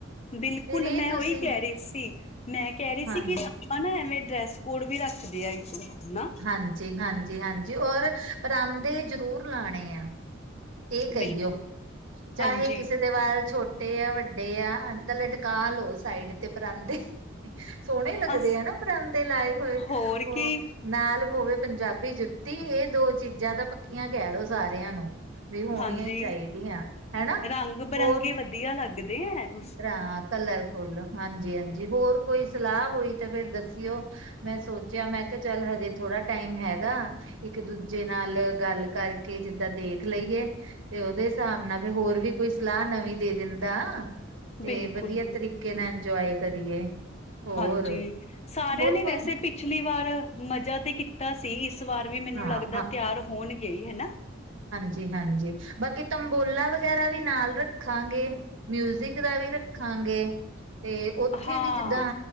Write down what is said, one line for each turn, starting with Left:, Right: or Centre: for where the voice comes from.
Left: ਬਿਲਕੁਲ,
Right: ਫਿਰ ਇਹ
Left: ਮੈਂ
Right: ਤੁਸੀਂ
Left: ਉਹੀ ਕਹਿ ਰਹੀ ਸੀ। ਮੈਂ ਕਹਿ ਰਹੀ ਸੀ
Right: ਹਾਂ
Left: ਕਿ ਆਪਾਂ ਨਾ, ਐਵੇਂ ਡਰੈਸ ਕੋਡ ਵੀ ਰੱਖਦੇ ਆ ਇਸ ਵਾਰ ਹਨਾ।
Right: ਹਾਂਜੀ-ਹਾਂਜੀ-ਹਾਂਜੀ ਔਰ, ਪਰਾਂਦੇ ਜਰੂਰ ਲਾਂਣੇ ਆ। ਇਹ ਕਹੀਓ।
Left: ਬਿਲਕੁਲ
Right: ਚਾਹੇ
Left: ਹਾਂਜੀ
Right: ਕਿਸੇ ਦੇ ਵਾਲ਼ ਛੋਟ ਛੋਟੇ ਆ, ਵੱਡੇ ਆ, ਤਾਂ ਲਟਕਾ ਲਓ ਸਾਈਡ ਤੇ ਪਰਾਂਦੇ। ਸੋਹਣੇ ਲੱਗਦੇ
Left: ਅਸ
Right: ਆ ਨਾ ਪਰਾਂਦੇ ਲਾਏ ਹੋਏ।
Left: ਹੋਰ
Right: ਉਹ
Left: ਕੀ
Right: ਨਾਲ ਹੋਵੇ ਪੰਜਾਬੀ ਜੁੱਤੀ। ਇਹ ਦੋ ਚੀਜ਼ਾਂ ਤਾਂ ਪੱਕੀਆਂ ਕਹਿ ਦੋ ਸਾਰਿਆਂ ਨੂੰ। ਵੀ ਹੋਣੀਆਂ
Left: ਹਾਂਜੀ
Right: ਈ ਚਾਹੀਦੀਆਂ ਹੈਨਾ,
Left: ਰੰਗ ਬਿਰੰਗੇ
Right: ਹੋਰ।
Left: ਵਧੀਆ ਲੱਗਦੇ ਐਂਨ
Right: ਹ ਕਲਰ ਫੁੱਲ ਹਾਂਜੀ-ਹਾਂਜੀ ਹੋਰ ਕੋਈ ਸਲਾਹ ਹੋਈ ਤੇ ਫਿਰ ਦੱਸਿਓ। ਮੈਂ ਸੋਚਿਆ ਮੈਂ ਕਿਆ ਚੱਲ ਹਜੇ ਥੋੜਾ ਟਾਈਮ ਹੈਗਾ ਇੱਕ ਦੂਜੇ ਨਾਲ ਗੱਲ ਕਰਕੇ ਜਿੱਦਾਂ ਦੇਖ ਲਈਏ। ਤੇ ਉਹਦੇ ਹਿਸਾਬ ਨਾਲ ਫਿਰ ਹੋਰ ਵੀ ਕੋਈ ਸਲਾਹ ਨਵੀਂ ਦੇ ਦਿੰਦਾ। ਤੇ
Left: ਬਿਲਕੁਲ
Right: ਵਧੀਆ
Left: ਜੀ
Right: ਤਰੀਕੇ ਨਾਲ ਇੰਜੋਏ ਕਰੀਏ। ਹੋਰ
Left: ਹਾਂਜੀ ਸਾਰਿਆਂ
Right: ਹੋਰ
Left: ਨੇ
Right: ਕੋਈ
Left: ਵੈਸੇ ਪਿਛਲੀ ਵਾਰ ਮਜ਼ਾ ਤੇ ਕੀ ਤਾਂ ਸੀ ਇਸ ਵਾਰ ਵੀ ਮੈਨੂੰ
Right: ਹਾਂ
Left: ਲੱਗਦਾ ਤਿਆਰ ਹੋਣ ਗਏ ਹਨਾ।
Right: ਜੀ ਹਾਂਜੀ ਬਾਕੀ ਤੰਬੋਲਾ ਵ ਵਗੈਰਾ ਵੀ ਨਾਲ ਰੱਖਾਂਗੇ ਮਿਊਜਿਕ ਦਾ ਵੀ ਰੱਖਾਂਗੇ। ਤੇ ਉੱਥੇ
Left: ਹਾਂ,
Right: ਵੀ ਜਿੱਦਾਂ